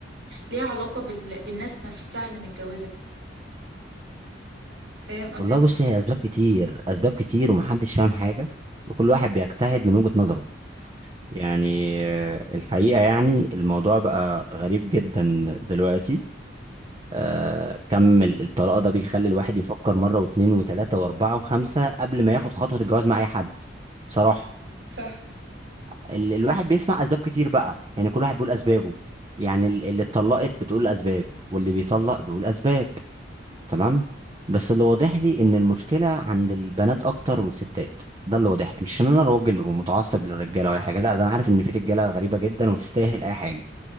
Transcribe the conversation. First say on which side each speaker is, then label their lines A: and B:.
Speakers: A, on the right; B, on the right.
A: ليها علاقة بال... بالناس نفسها اللي متجوزة فاهم قصدي
B: والله بص هي اسباب كتير اسباب كتير ومحدش فاهم حاجه وكل واحد بيجتهد من وجهه نظره يعني آه، الحقيقه يعني الموضوع بقى غريب جدا دلوقتي آه، كم ال- الطلاق ده بيخلي الواحد يفكر مره واتنين وتلاته واربعه وخمسه قبل ما ياخد خطوه الجواز مع اي حد بصراحه
A: صح
B: ال- الواحد بيسمع اسباب كتير بقى يعني كل واحد بيقول اسبابه يعني ال- اللي اتطلقت بتقول اسباب واللي بيطلق بيقول اسباب تمام بس اللي واضح لي ان المشكله عند البنات اكتر والستات ده اللي واضح لي مش ان انا راجل ومتعصب للرجاله ولا أي حاجه لا ده انا عارف ان في رجاله غريبه جدا وتستاهل اي حاجه